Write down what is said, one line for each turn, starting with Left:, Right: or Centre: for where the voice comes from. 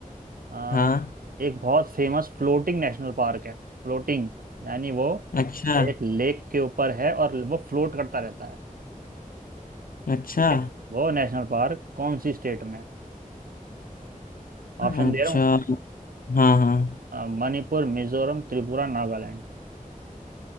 Right: आ,
Left: हाँ
Right: एक बहुत फेमस फ्लोटिंग नेशनल पार्क है फ्लोटिंग यानी वो
Left: अच्छा
Right: एक लेक के ऊपर है और वो फ्लोट करता रहता है
Left: अच्छा
Right: ठीक है वो नेशनल पार्क कौन सी स्टेट में है?
Left: अच्छा
Right: ऑप्शन दे रहा हूँ
Left: हाँ हाँ
Right: अ, मणिपुर मिजोरम त्रिपुरा नागालैंड